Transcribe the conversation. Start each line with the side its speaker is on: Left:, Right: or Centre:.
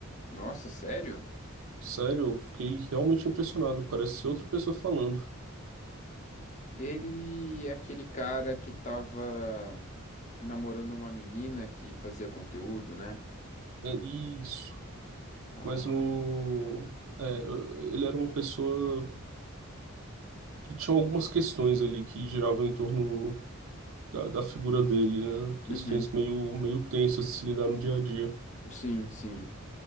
Left: Nossa, sério?
Right: Sério, eu fiquei realmente impressionado, parece outra pessoa falando.
Left: Ele é aquele cara que tava namorando uma menina que fazia conteúdo, né?
Right: É isso,
Left: Ah.
Right: mas no... é, eu- ele era uma pessoa que tinha algumas questões ali que giravam em torno da, da figura dele, né? Questões
Left: Uhum.
Right: meio, meio tensas de se lidar no dia a dia.
Left: Sim, sim.